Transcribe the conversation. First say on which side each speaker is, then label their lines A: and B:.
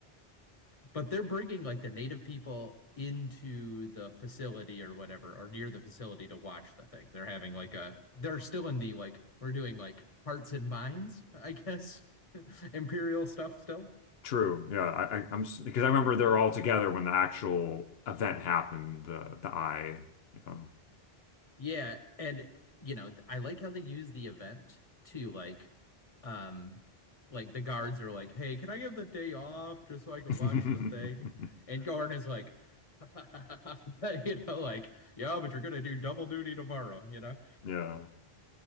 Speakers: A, on the left; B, on the left.
A: But they're bringing like the native people into the facility or whatever, or near the facility to watch the thing. They're having like a, they're still in the like, we're doing like hearts and minds, I guess, <laughs> imperial stuff still.
B: true. Yeah, I, I I'm because I remember they're all together when the actual event happened. The the eye. Yeah.
A: Yeah. And, you know, I like how they use the event to like, um, like the guards are like, "Hey, can I get the day off just so I can
B: <laughs>
A: watch the thing?" And Gordon is like, <laughs> you know, like, "Yeah, but you're gonna do double duty tomorrow," you know.
B: Yeah.